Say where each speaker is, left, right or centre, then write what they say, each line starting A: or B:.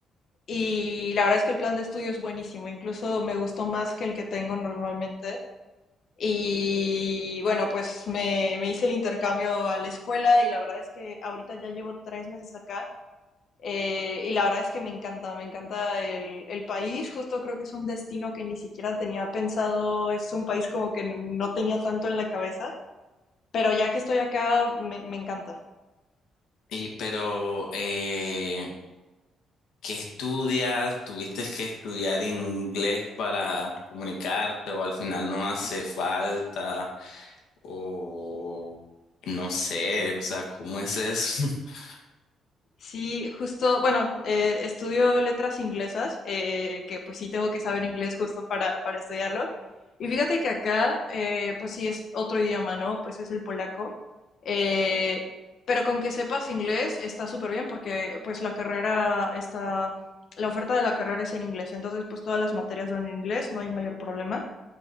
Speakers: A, on the left (about 60°); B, on the left (about 75°).
A: y la verdad es que el plan de estudio es buenísimo, incluso me gustó más que el que tengo normalmente. Y bueno, pues me, me hice el intercambio a la escuela y la verdad es que ahorita ya llevo tres meses acá eh, y la verdad es que me encanta, me encanta el, el, país. Justo creo que es un destino que ni siquiera tenía pensado, es un país como que no tenía tanto en la cabeza, pero ya que estoy acá, me, me encanta.
B: Y pero... eh, ¿Qué estudias? ¿Tuviste que estudiar inglés para comunicarte o al final no hace falta? O no sé, o sea, ¿cómo es eso? <laughs>
A: Sí, justo, bueno, eh, estudio letras inglesas, eh, que pues sí tengo que saber inglés justo para, para estudiarlo. Y fíjate que acá, eh, pues sí es otro idioma, ¿no? Pues es el polaco. Eh, pero con que sepas inglés está súper bien porque pues la carrera está, la oferta de la carrera es en inglés. Entonces pues todas las materias son en inglés, no hay mayor problema.